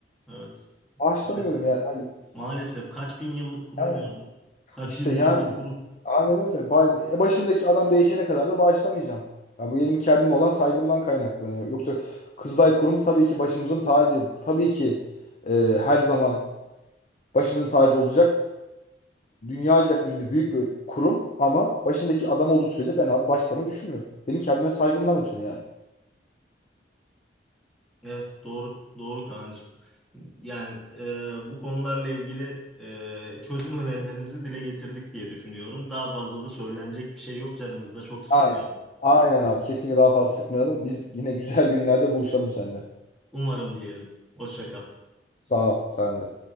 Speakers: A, in the centre; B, on the left.
A: evet.
B: Bağışlamıyorum
A: Maalesef.
B: yani. Hani,
A: Maalesef kaç bin yıllık kurum
B: yani
A: ya bu? Kaç
B: işte
A: yüz
B: yani
A: yıllık kurum?
B: aynen öyle. Ba- e, Başındaki adam değişene kadar da bağışlamayacağım. Ya bu benim kendim olan saygımdan kaynaklanıyor. Yoksa Kızılay Kurumu tabii ki başımızın tacı. Tabii ki e, her zaman Başımızın tacı olacak. Dünyaca ünlü büyük bir kurum ama başındaki adam olduğu sürece ben abi başlamayı düşünmüyorum. Benim kendime saygımdan ötürü yani.
A: Evet doğru doğru Kaan'cığım. Yani e, bu konularla ilgili e, çözüm önerilerimizi dile getirdik diye düşünüyorum. Daha fazla da söylenecek bir şey yok canımızı da çok sıkmayalım.
B: Aynen. Aynen abi. Kesinlikle daha fazla sıkmayalım. Biz yine güzel <laughs> günlerde buluşalım seninle.
A: Umarım diyelim. Hoşça kal.
B: Sağ ol sen de.